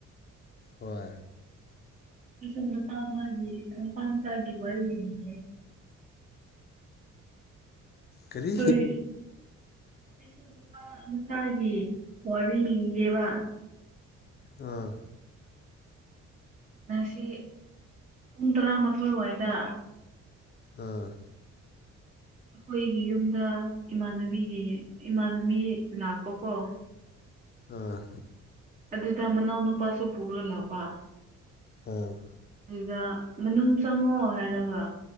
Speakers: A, on the left; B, on the right.
A: ꯋꯥ
B: ꯁꯨꯅ ꯐꯥꯝꯒꯤꯦ ꯐꯥꯝꯁꯒꯤꯦ ꯋꯥꯔꯤꯦ
A: ꯀꯔꯤ
B: ꯍꯣꯏ ꯑꯩꯁꯨ ꯅꯨꯄꯥ ꯃꯆꯥꯒꯤ ꯋꯥꯔꯤꯒꯦꯕ
A: ꯑꯥ
B: ꯉꯁꯤ ꯄꯨꯡ ꯇꯔꯥꯃꯥꯊꯣꯏꯋꯥꯏꯗ
A: ꯑꯥ
B: ꯑꯩꯈꯣꯏꯒꯤ ꯌꯨꯝꯗ ꯏꯃꯥꯟꯅꯕꯤꯒꯤ ꯏꯃꯥꯟꯅꯕꯤ ꯂꯥꯛꯄꯀꯣ
A: ꯑ
B: ꯑꯗꯨꯗ ꯃꯅꯥꯎ ꯅꯨꯄꯥꯁꯨ ꯄꯨꯔꯒ ꯂꯥꯛꯕ
A: ꯎꯝ
B: ꯑꯗꯨꯗ ꯃꯅꯨꯡ ꯆꯪꯉꯣ ꯍꯥꯏꯔꯒ